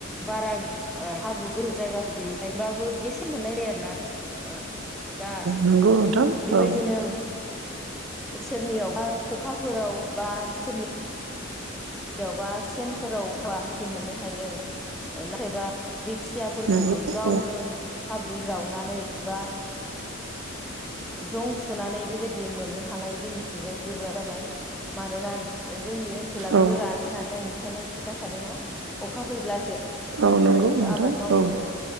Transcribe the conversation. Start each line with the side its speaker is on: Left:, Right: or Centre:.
Centre: बारा ओ हाब्रु गोरौ जायगाफोर गैयिखायबाबो गेसें मोननाय जायो आरोना ओ दा
Right: नोंगौ नोंथां
Centre: बेबायदिनो
Right: औ
Centre: सोरनियाव बा खखाफोराव बा सोरनि यावबा सेनफोरावदि मोननो हायो आरो नाथायबा बिक्सिया फोरखौ
Right: नंगौ
Centre: गावनो
Right: औ
Centre: हाब्रु जावनानै बा जं थुनानै बेबायदि मोननो हानाय जोंनिथिंजाय गोब्राब जाबाय मानोना जोंनि ओनसोला
Right: औ
Centre: गोरान होननानै आं नोंथांनो खिन्थाखादोंना अखा फैब्लासो
Right: औ नंगौ नोंथां
Centre: आबाद मावनो
Right: औ
Centre: हायो।